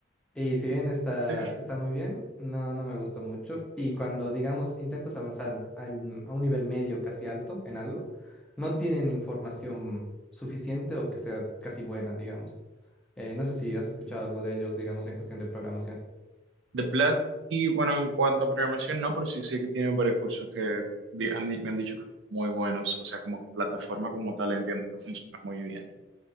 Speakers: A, in the centre; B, on the right.
A: Y si bien está,
B: ok.
A: está muy bien, no, no me gustó mucho. Y cuando, digamos, intentas avanzar al- a un nivel medio, casi alto, en algo, no tienen información suficiente o que sea casi buena, digamos. Eh, no sé si has escuchado algo de ellos, digamos, en cuestión de programación.
B: De Plat, y bueno, en cuanto a programación, no, pero sí sé que tienen varios cursos que di- han di- me han dicho que son muy buenos, o sea, como plataforma como tal, entiendo que funciona muy bien.